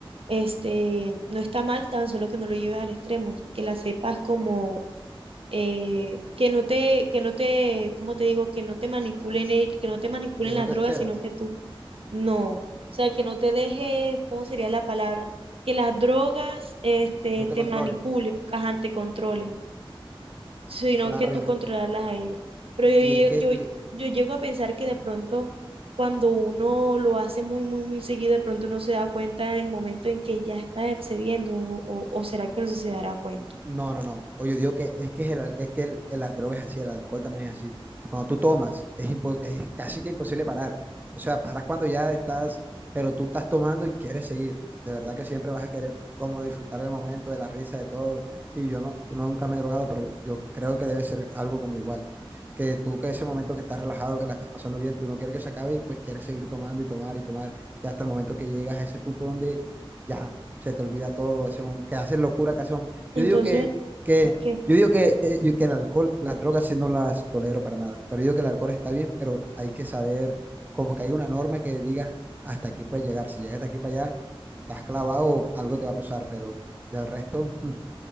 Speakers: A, on the right; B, on the right.
A: Este, no está mal, tan solo que no lo lleves al extremo, que la sepas como eh, que no te, que no te, ¿cómo te digo? Que no te manipulen, el- que no te manipulen
B: Que no
A: las
B: te
A: drogas,
B: cedas,
A: sino que tú, no. O sea, que no te dejes, ¿cómo sería la palabra? Que las drogas, este,
B: no te
A: te
B: controlen.
A: manipulen, ajá, te controlen sino
B: Claro,
A: que tú
B: yo
A: controlarlas
B: te-
A: a ellas. Pero yo, lle-
B: y es que
A: yo,
B: y
A: yo llego a pensar que de pronto, cuando uno lo hace muy, muy, muy seguido, de pronto no se da cuenta en el momento en que ya estás excediendo, o, o o será que no se dará cuenta.
B: No, no, no. Oye, digo que es que, es el, al- es que el, el- las drogas es así, el alcohol también es así. Cuando tú tomas, es, impo- es casi que imposible parar. O sea, paras cuando ya estás, pero tú estás tomando y quieres seguir. De verdad que siempre vas a querer como disfrutar el momento, de la risa, de todo. Y yo no, nunca me he drogado, pero yo creo que debe ser algo como igual. Que tú que ese momento que estás relajado, que la estás pasando bien, tú no quieres que se acabe y pues quieres seguir tomando y tomar y tomar. Y hasta el momento que llegas a ese punto donde ya se te olvida todo, ese mom- que haces locura, que haces
A: Entonces,
B: yo digo que, que,
A: ¿qué?
B: yo digo que, eh, yo- que el alcohol, las drogas sí no las tolero para nada, pero yo digo que el alcohol está bien, pero hay que saber, como que hay una norma que diga hasta aquí puedes llegar, si llegas de aquí para allá, estás clavado, algo te va a pasar, pero del resto, <laughs>